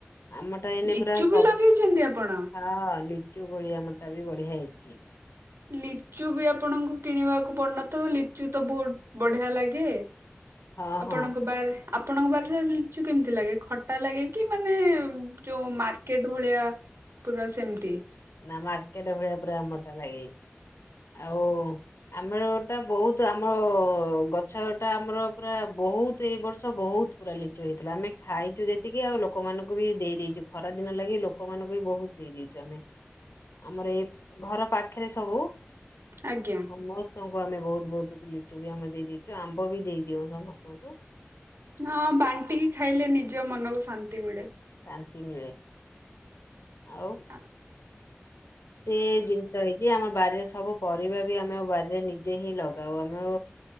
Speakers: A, on the left; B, on the right.
A: ଆମ ଟା ଏଇନେ
B: ଲିଚୁ
A: ପୁରା
B: ବି
A: ସବୁ
B: ଲଗେଇଛନ୍ତି ଆପଣ?
A: ହଁ ଲି ଚୁ କୋଳି ଆମର ଟା ବି ବଢିଆ ହେଇଛି।
B: ଲିଚୁ ବି ଆପଣଙ୍କୁ କିଣିବାକୁ ପଡୁନ ଥିବ ଲିଚୁ ତ ବହୁତ ବଢିଆ ଲାଗେ।
A: ହଁ
B: ଆପଣଙ୍କ
A: ହଁ
B: ବାର ଆପଣଙ୍କ ବାଡିରେ ଲିଚୁ କେମିତି ଲାଗେ ଖଟା ଲାଗେ କି ମାନେ ଯୋଉ ମାର୍କେଟ ଭଳିଆ ପୁରା ସେମିତି।
A: ନା ମାର୍କେଟ ଭଳିଆ ପୁରା ଆମର ଟା ଲାଗେଇ ଆଉ ଆମର ଟା ବହୁତ ଆମର ଗଛଟା ଆମର ପୁରା ବହୁତ ଏଇ ବର୍ଷ ବହୁତ ପୁରା ଲିଚୁ ହେଇଥିଲା ଆମେ ଖାଇଛୁ ଯେତିକି ଆଉ ଲୋକମାନଙ୍କୁ ବି ଦେଇ ଦେଇଛୁ ଖରାଦିନ ଲାଗି ଲୋକମାନଙ୍କୁ ବି ବହୁତ ଦେଇ ଦେଇେଇଛୁ ଆମେ। ଆମର ଏଇ ଘର ପାଖରେ ସବୁ।
B: ଆଜ୍ଞା
A: ସମସ୍ତଙ୍କ ଙ୍କୁ ଆମେ ବହୁତ ବହୁତ ଲିଚୁ ବି ଆମେ ଦେଇ ଦେଇଛୁ ଆମ୍ବ ବି ଦେଇ ଦିଅଉ ସମସ୍ତଙ୍କୁ।
B: ହଁ ବାଣ୍ଟିକି। ଖାଇଲେ ନିଜ ମନକୁ ଶାନ ନ୍ତି ମିଳେ।
A: ଶାନ୍ତି ମିଳେ। ଆଉ
B: ଆ।
A: ସେ ଜିନିଷ ହେଇଛି ଆମ ବାରିରେ ସବୁ ପରିବା ବି ଆମେ ଆଉ ବାରିରେ ନିଜେ ହିଁ ଲଗାଉ ଆମ ଉଁ